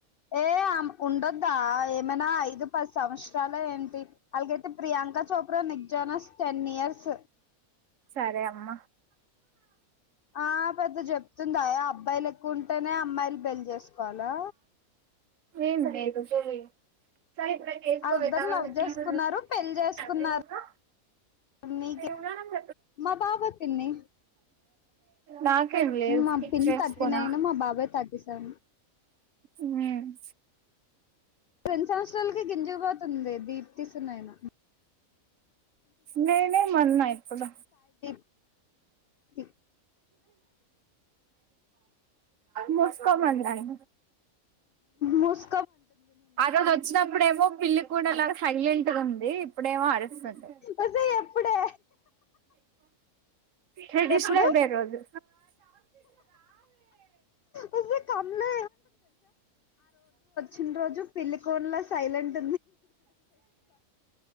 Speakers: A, on the left; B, on the right.
A: ఏ ఆమకు ఉండద్దా, ఏమైన్న ఐదు పది సంవత్ చాల ఏంటి, అలాగైతే Priyanka Chopra Nick Jonas ten years.
B: సరే అమ్మ.
A: ఆ పెద్ద చెప్తుందాయ అబ్బాయిలు ఎక్కువ ఉంటేనే, అమ్మాయిలు పెల్ చేసుకోవాలా?
B: ఏం ఎం <unintelligible> సహ కేసుకు
A: వాళ్ళిద్దరు
B: వతారా్యధ
A: లవ్ చేసుకున్నారు పెళ్లి చేసుకున్నారు
B: మీరు ఉ
A: నీకే
B: మీరు ఉన్నా
A: మా బాబ పిన్ని,
B: నాకేం లేదు
A: మా పిన్ని
B: చేసుకున్నా
A: థర్టీ నైన్ మా బాబాయ్ థర్టీ సెవెన్.
B: ఉమ్
A: రెండు సంవత్సరాలకి గింజూకు పోతుంది బేబీ తీస్తున్నాయన
B: నేనేమన్నా ఇప్పుడు
A: ఇ
B: మోస్కో మన్నాయ్.
A: మోస్
B: ఆరోజచ్చినప్పుడేమో పిల్లి కూన లాగ సైలెంట్ గా ఇప్పుడేమో అరుస్తుంది
A: ఒసేయ్ ఎప్పుడే?
B: ట్రెడిషనల్
A: ఎప్పుడు
B: డే రోజు
A: వస్తే కమ్లో చిన రోజు పిలికోన్ల సైలెంట్